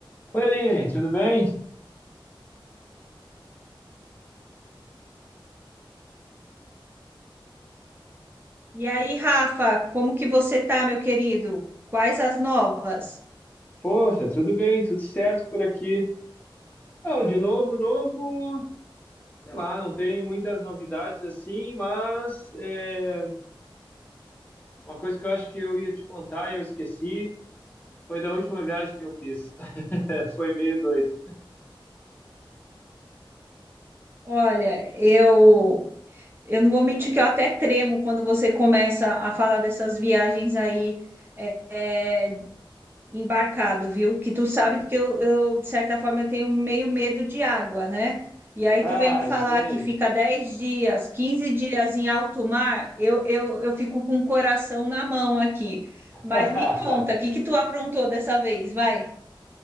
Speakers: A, on the left; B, on the right.
A: Oi, Aline, tudo bem?
B: E aí, Rafa, como que você tá, meu querido? Quais as novas?
A: Poxa, tudo bem, tudo certo por aqui. Não, de novo, novo, sei lá, não tem muitas novidades assim, mas é, uma coisa que eu acho que eu ia te contar e eu esqueci foi da última viagem que eu fiz. <laughs> Foi meio doido.
B: Olha, eu eu não vou mentir que eu até tremo quando você começa a falar dessas viagens aí é, é, embarcado, viu? Que tu sabe que eu, eu, de certa forma, eu tenho meio medo de água, né? E aí
A: Ah,
B: tu vem me falar
A: é sério?
B: que fica 10 dias, 15 dias em alto mar, eu, eu, eu fico com o coração na mão aqui.
A: <laughs>
B: Mas me conta, o que que tu aprontou dessa vez? Vai.